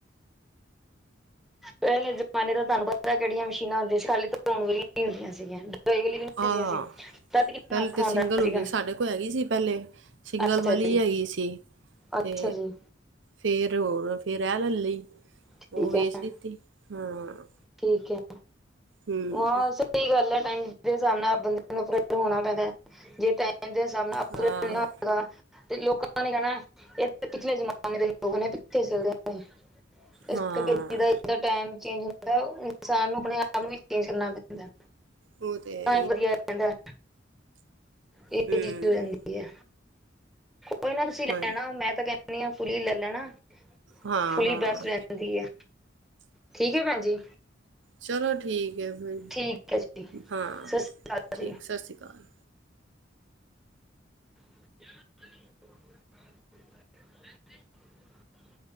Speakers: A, in the centre; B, on the right (about 75°).
A: ਪ ਜਮਾਨੇ ਦਾ ਤਾਂ ਤੁਹਾਨੂੰ ਪਤਾ ਕਿਹੜੀਆਂ ਮਸ਼ੀਨਾਂ ਹੁੰਦੀਆਂ ਸੀ ਖਾਲੀ ਧੋਣ ਵਾਲੀਆਂ ਨਹੀਂ ਹੁੰਦੀਆਂ ਸੀਗੀਆਂ ਡਰਾਈ ਵਾਲੀ ਵੀ ਨਹੀਂ
B: ਆਹ,
A: ਹੁੰਦੀਆਂ ਸੀ ਤਦ ਕਿੰਨਾ
B: ਪਹਿਲੇ
A: ਔਖਾ
B: ਤਾਂ
A: ਹੁੰਦਾ
B: ਸਿੰਗਲ
A: ਸੀਗਾ
B: ਹੁੰਦੀ ਸੀ ਸਾਡੇ ਕੋਲ ਹੈਗੀ ਸੀ ਪਹਿਲੇ ਸਿੰਗਲ
A: ਅੱਛਾ
B: ਵਾਲੀ
A: ਜੀ
B: ਹੈਗੀ ਸੀ
A: ਅੱਛਾ
B: ਤੇ
A: ਜੀ
B: ਫੇਰ ਹੋਰ ਲੈ ਲਈ
A: ਠੀਕ
B: ਉਹ ਵੇਚ
A: ਹੈ
B: ਦਿੱਤੀ ਹਾਂ
A: ਠੀਕ ਹੈ
B: ਹੂੰ
A: ਹਾਂ ਸਹੀ ਗੱਲ ਆ ਟਾਈਮ ਦੇ ਹਿਸਾਬ ਨਾਲ ਬੰਦੇ ਨੂੰ ਹੋਣਾ ਪੈਂਦਾ ਜੇ ਕਹਿੰਦੇ ਸਾਬ ਅ੍ਰਲ
B: ਹਾਂ
A: ਹੋਗਾ ਤੇ ਲੋਕਾਂ ਨੇ ਕਹਿਣਾ ਇਹ ਪਿਛਲੇ ਜਮਾਨੇ ਦੇ ਲੋਕ ਨੇ ਪਿੱਛੇ ਚਲਦੇ ਨੇ ਇਸ
B: ਹਾਂ
A: ਕਰਕੇ ਜਿਸ ਤਰਾਂ ਟਾਈਮ ਚੇਂਜ ਹੁੰਦਾ ਇਨਸਾਨ ਨੂੰ ਆਪਣੇ ਆਪ ਹੀ। ਚੇਂਜ ਕਰਨਾ ਪੈਂਦਾ
B: ਉਹ ਤੇ ਹੈ
A: ਤਾਂਹੀ ਵਧੀਆ ਰਹਿੰਦਾ ਇਹ
B: ਹੀ
A: ਚੀਜ਼ ਹੋ ਜਾਂਦੀ ਕੋਈ ਨਾ ਤੁਸੀਂ ਲੈਣਾ
B: ਹਮ ਹਾਂ
A: ਮੈਂ ਤਾਂ ਕਹਿੰਦੀ ਆ ਫੁਲੀ ਲੈ ਲੈਣਾ
B: ਹਾਂ
A: ਫੁਲੀ
B: ਹਾਂ
A: ਬੈਸਟ ਰਹਿੰਦੀ ਹੈ ਠੀਕ ਹੈ ਭੈਣ ਜੀ
B: ਚਲੋ ਠੀਕ ਹੈ ਫਿਰ,
A: ਠੀਕ ਹੈ ਜੀ
B: ਹਾਂ
A: ਸਤਿ ਸ਼੍ਰੀ ਅਕਾਲ
B: ਠੀਕ
A: ਜੀ
B: ਸਤਿ ਸ਼੍ਰੀ ਅਕਾਲ।
A: <inaudible> <inaudible>